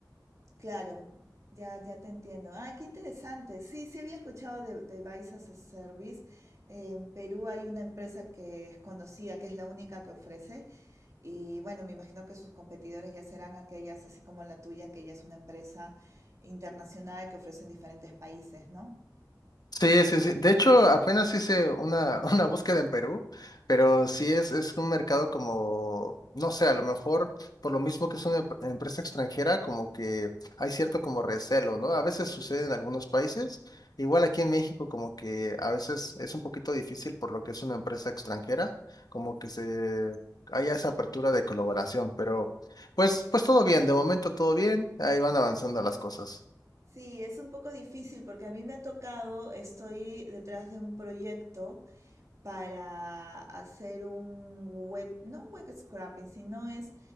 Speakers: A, on the right (about 45°); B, on the left (about 60°).
A: Claro, ya, ya te entiendo. Ah, qué interesante. Sí, sí había escuchado de, de as a Service. En Perú hay una empresa que es conocida, que es la única que ofrece. Y bueno, me imagino que sus competidores ya serán aquellas, así como la tuya, que ya es una empresa internacional que ofrece en diferentes países, ¿no?
B: Sí, sí, sí. De hecho, apenas hice una, <laughs> una búsqueda en Perú, pero sí es, es un mercado como, no sé, a lo mejor por lo mismo que es una em- empresa extranjera, como que hay cierto como recelo, ¿no? A veces sucede en algunos países, igual aquí en México como que a veces es un poquito difícil por lo que es una empresa extranjera, como que se haya esa apertura de colaboración, pero pues, pues todo bien, de momento todo bien, ahí van avanzando las cosas.
A: Sí, es un poco difícil porque a mí me ha tocado, estoy detrás de un proyecto para hacer un web, no un web scrapping, sino es,